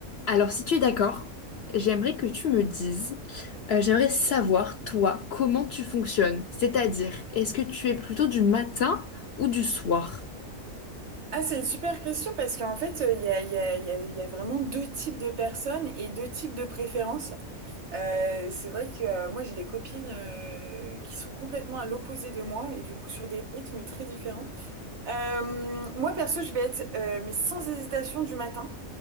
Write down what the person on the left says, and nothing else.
Alors, si tu es d'accord, j'aimerais que tu me dises, euh, j'aimerais savoir, toi, comment tu fonctionnes. C'est-à-dire, est-ce que tu es plutôt du matin ou du soir?